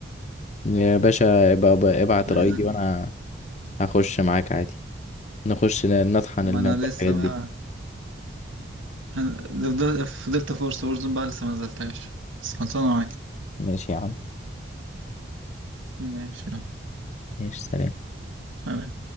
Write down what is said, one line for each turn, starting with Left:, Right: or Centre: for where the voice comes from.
Left: يا باشا ابقى ابقى- ابعت
Right: عايزك
Left: الاي دي وانا هخش معاك عادي نخش ن- نطحن
Right: ما
Left: الماب
Right: انا لسه
Left: والحاجات
Right: بقى
Left: دي
Right: أنا فضلت فضلت فرصه وورزون بقى لسه ما نزلتهاش بس خلصانه معاك
Left: ماشي يا عم
Right: ماشي يلا.
Left: ماشي سلام
Right: سلام.